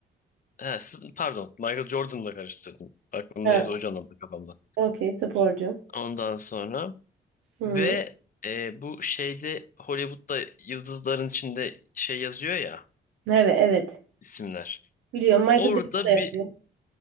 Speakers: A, on the left; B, on the right.
A: Ha, s- pardon. Michael Jordan'la karıştırdım. Aklım
B: Ha,
A: neyse o canlandı kafamda.
B: okey sporcu.
A: Ondan sonra
B: Hı.
A: ve e, bu şeyde Hollywood'da yıldızların içinde şey yazıyor ya
B: Evet evet.
A: isimler.
B: Biliyorum Michael
A: Orada
B: Jackson da yapıyor.
A: bir